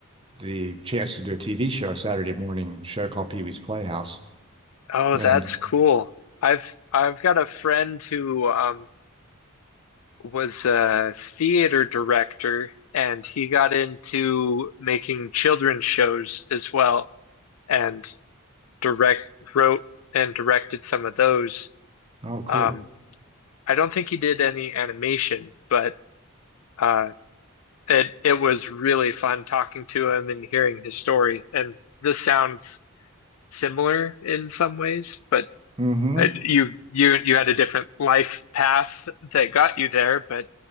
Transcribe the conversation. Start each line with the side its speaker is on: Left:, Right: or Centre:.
Right: the chance to do a TV show a Saturday morning show called Pee Wee's Playhouse.
Left: Oh,
Right: And
Left: that's cool. I've I've got a friend who um was a theater director and he got into making children's shows as well and direct wrote and directed some of those.
Right: oh, cool.
Left: Um I don't think he did any animation, but uh it it was really fun talking to him and hearing his story. And this sounds similar in some ways, but
Right: Mm-hmm.
Left: I, you you you had a different life path that got you there. But